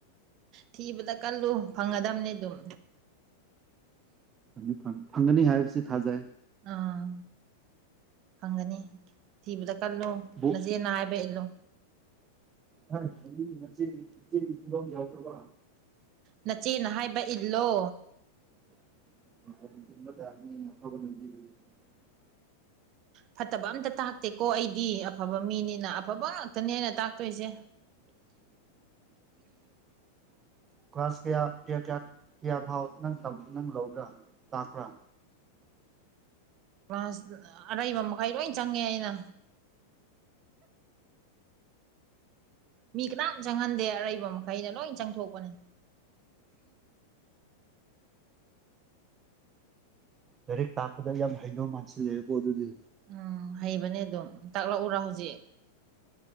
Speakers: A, on the right; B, on the right.
A: ꯊꯤꯕꯗ ꯀꯜꯂꯨ ꯐꯪꯉꯗꯕꯅꯤ ꯑꯗꯨꯝ
B: ꯐꯪꯅꯤ ꯐꯪꯒꯅꯤ ꯍꯥꯏꯕꯁꯤ ꯊꯥꯖꯩ
A: ꯑꯥ ꯐꯪꯒꯅꯤ ꯊꯤꯕꯗ ꯀꯜꯂꯨ
B: ꯕꯨ
A: ꯅꯆꯦꯅ ꯍꯥꯏꯕ ꯏꯜꯂꯨ
B: ꯍ ꯃꯆꯦ ꯏꯆꯦ ꯏꯕ ꯌꯥꯎ ꯄ꯭ꯔꯕꯥ
A: ꯅꯆꯦꯅ ꯍꯥꯏꯕ ꯏꯜꯂꯣ
B: <unintelligible>
A: ꯐꯠꯇꯕ ꯑꯝꯇ ꯇꯥꯛꯇꯦꯀꯣ ꯑꯩꯗꯤ ꯑꯐꯕ ꯃꯤꯅꯤꯅ ꯑꯐꯕ ꯉꯥꯛꯇꯅꯦꯅ ꯇꯥꯛꯇꯣꯏꯁꯦ
B: <unintelligible> ꯀ꯭ꯂꯥꯁ ꯀꯌꯥ ꯀꯌꯥ ꯀꯌꯥ ꯐꯥꯎ ꯅꯪ ꯅꯪ ꯂꯧꯕ꯭ꯔꯥ ꯇꯥꯛꯄ꯭ꯔꯥ
A: ꯀ꯭ꯂꯥꯁ ꯑꯔꯩꯕ ꯃꯈꯩ ꯂꯣꯏ ꯆꯪꯉꯦ ꯑꯩꯅ ꯃꯤ ꯀꯅꯥꯝ ꯆꯪꯍꯟꯗꯦ ꯑꯔꯩꯕ ꯃꯈꯩꯅ ꯂꯣꯏ ꯆꯪꯊꯣꯛꯄꯅꯤ
B: ꯂꯥꯏꯔꯤꯛ ꯇꯥꯛꯄꯗ ꯌꯥꯝ ꯍꯩꯗꯧ ꯃꯥꯟꯁꯤꯂꯦꯀꯣ ꯑꯗꯨꯗꯤ
A: ꯎꯝ ꯍꯩꯕꯅꯦ ꯑꯗꯨꯝ ꯇꯥꯛꯂꯛꯎꯔꯥ ꯍꯧꯖꯤꯛ